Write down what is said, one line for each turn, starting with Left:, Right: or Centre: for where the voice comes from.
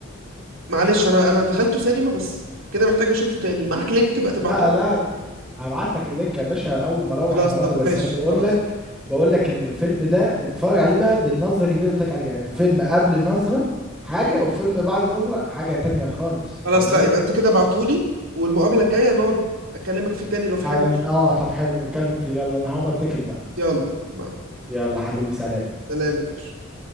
Right: معلش انا انا دخلته سينما بس كده محتاج اشوفه تاني معاك لينك تبقى تبعته
Centre: لا
Right: لي
Centre: لا هبعت لك اللينك يا باشا اول ما اروح
Right: خلاص
Centre: النهارده
Right: طب
Centre: بس
Right: ماشي
Centre: انا بقول
Right: خلاص
Centre: لك بقول لك ان الفيلم ده اتفرج عليه بقى بالنظره الجديده اللي قلت لك عليها يعني الفيلم قبل النظره حاجه والفيلم بعد النظره حاجه تانية خالص
Right: خلاص
Centre: فاهمني
Right: لا يبقى انت كده بعتولي والمقابلة الجاية نقعد اكلمك فيه تاني لو في
Centre: انا
Right: حاجة مش-
Centre: اه طب حلو نتكلم فيه يلا انا هقوم اتكل بقى
Right: يلا مع-
Centre: يلا حبيبي سلام
Right: سلام يا باشا